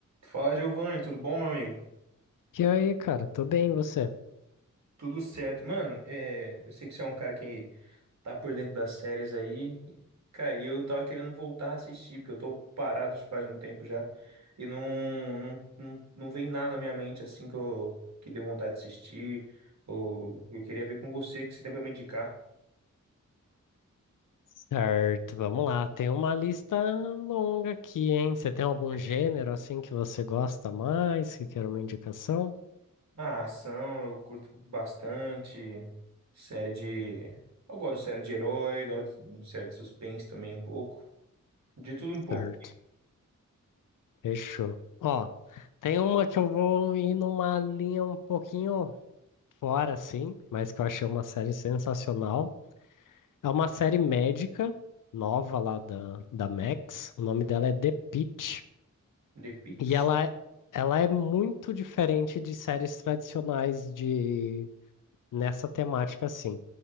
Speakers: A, on the right (about 60°); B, on the left (about 80°).
A: Fala, Giovanni, tudo bom, meu amigo?
B: E aí, cara, tô bem, e você?
A: Tudo certo. Mano, é, eu sei que você é um cara que tá por dentro das séries aí. Cara, e eu tava querendo voltar a assistir, porque eu tô parado faz um tempo já. E não, não, não, não vem nada na minha mente assim que eu que deu vontade de assistir. Ou eu queria ver com você que você tem pra me indicar.
B: Certo, vamos lá. Tem uma lista longa aqui, hein? Você tem algum
A: <laughs>
B: gênero assim que você gosta mais, que quer uma indicação?
A: A ação, eu curto bastante. Série de. Eu gosto de série de herói, gosto de série de suspense também um pouco. De tudo um pouco.
B: Certo, fechou. Ó, tem uma que eu vou ir numa linha um pouquinho fora, assim, mas que eu achei uma série sensacional. É uma série médica nova lá da, da Max. O nome dela é The Pitt.
A: The Pitt.
B: E ela, é- ela é muito diferente de séries tradicionais de nessa temática, assim.